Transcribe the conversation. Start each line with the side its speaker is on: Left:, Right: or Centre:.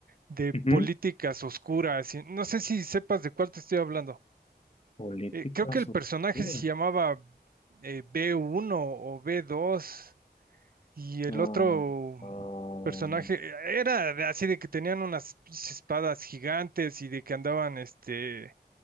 Right: de
Left: ujú.
Right: políticas oscuras. y No sé si sepas de cuál te estoy hablando.
Left: Políticas
Right: Eh, creo que el
Left: oscuras.
Right: personaje se llamaba eh, b uno o b dos y el
Left: Ah,
Right: otro
Left: ah,
Right: personaje eh, era de- así de que tenían unas pinches espadas gigantes y de que andaban este